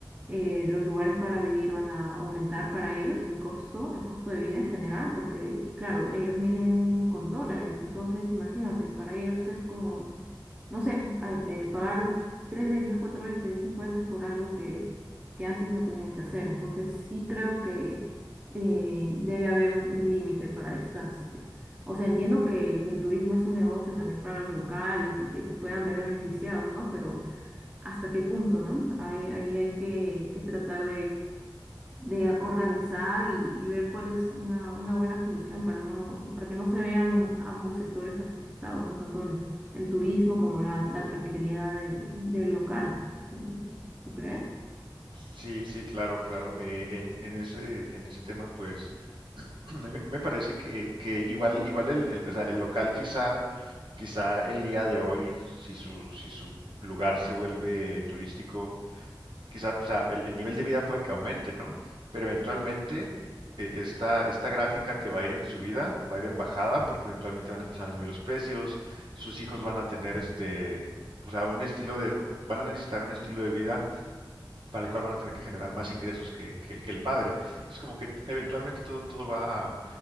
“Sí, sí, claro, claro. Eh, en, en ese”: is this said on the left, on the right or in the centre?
Right